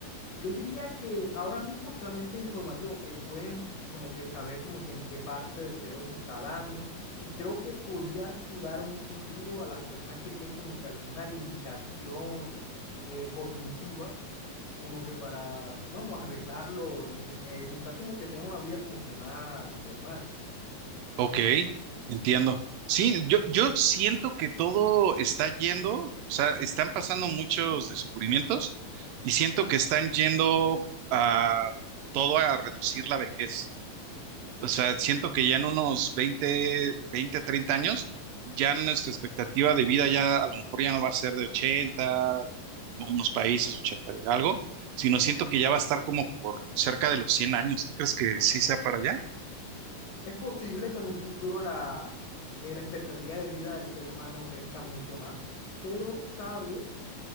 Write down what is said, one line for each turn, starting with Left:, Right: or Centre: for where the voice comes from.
Left: Yo diría que ahora mismo solamente es informativo, que pueden como que saber como que en qué parte del cerebro se está dando y creo que podría ayudar a un futuro a las personas que tienen como que alguna limitación eh, cognitiva, como que para, vamos, arreglarlo, en- e- eh, buscar como que tengan una vida como que más normal.
Right: Ok, entiendo. Sí, yo, yo siento que todo está yendo, o sea, están pasando muchos descubrimientos y siento que están yendo a todo a reducir la vejez. O sea, siento que ya en unos 20 20, 30 años, ya nuestra expectativa de vida ya a lo mejor ya no va a ser de 80, unos países 80 y algo, sino siento que ya va a estar como por cerca de los 100 años. ¿Tú crees que sí sea para allá?
Left: Es posible que en un futuro la, eh, la expectativa de vida del ser humano crezca mucho más, pero sabes,